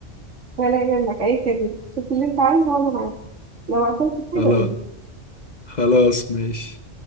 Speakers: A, on the right; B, on the left.
A: ولا يهمك أي خدمة شوف اللي أنت عايزه وأنا معاك لو عطلت في
B: خلاص
A: حاجة قولي
B: خلاص ماشي